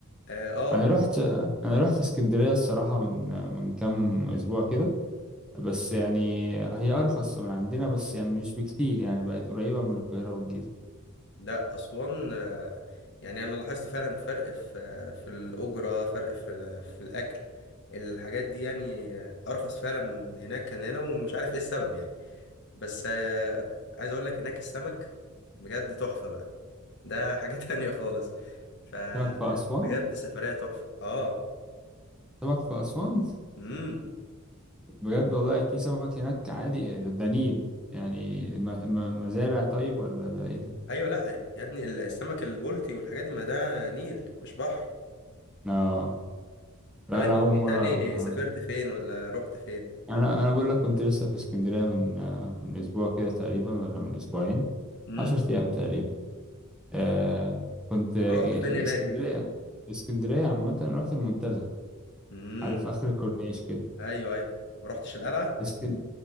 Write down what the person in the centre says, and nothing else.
انا رحت انا رحت اسكندرية الصراحة من من كام اسبوع كده بس يعني هي أرخص من عندنا بس يعني مش بكتير يعني بقت قريبة من القاهرة والجيزة
سمك في أسوان
سمك في أسوان
بجد والله في سمك هناك عادي إيه ده ده نيل يعني م- م- مزارع طيب ولا ده إيه ده؟
آه لا
أنا أول
مرة
أعرف الحوار
ده
أنا أنا بقول لك كنت لسه في اسكندرية من آه، من أسبوع كده تقريبا ولا من أسبوعين
عشر أيام تقريبا آه كنت آه،
اسكندرية اسكندرية عامة رحت المنتزه
عارف آخر الكورنيش
كده